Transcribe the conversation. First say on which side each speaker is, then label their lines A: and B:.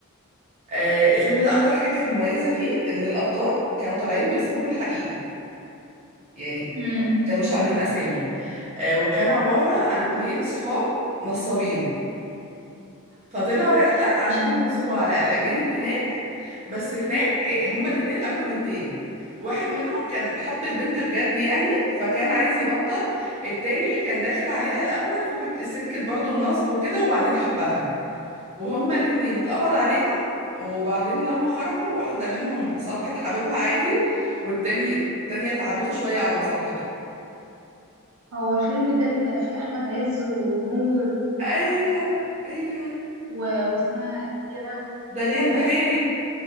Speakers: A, on the right; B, on the right.
A: آه، الفيلم ده اكتر حاجه كانت مميزه فيه ان الابطال كانوا طالعين باسمهم الحقيقي يعني
B: امم
A: ما كانوش عاملين اسامي آه، وكان عباره عن اتنين صحاب نصابين فطلعوا رحلة عشان
B: امم
A: ينصبوا على الأجانب هناك بس هناك إيه، هما الاتنين قابلوا بنتين واحد منهم كان حب البنت بجد يعني فكان عايز يبطل التاني كان داخل عليها الأول في فك... سكة برضو النصب وكده وبعدين حبها وهما الاتنين اتقبض عليهم وبعدين لما خرجوا واحدة منهم صالحت حبيبها عادي والتاني التانية تعبته شوية على مصالحته
B: هو الفيلم ده اللي كان فيه أحمد عز ونور
A: أيوه أيوه
B: و... واسمها يا لهو
A: داليا البحيري